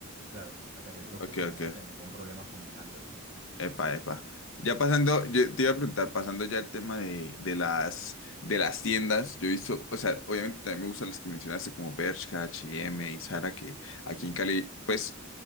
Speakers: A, on the right; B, on the left.
A: claro, te aseguro
B: Ok,
A: que pues
B: ok.
A: no vas a tener ningún problema combinándolo.
B: Epa, epa. Ya pasando, yo te iba a preguntar, pasando ya el tema de, de las, de las tiendas, yo he visto, o sea, obviamente también me gustan las que mencionaste como Bershka, H&M y M y Zara, que aquí en Cali, pues,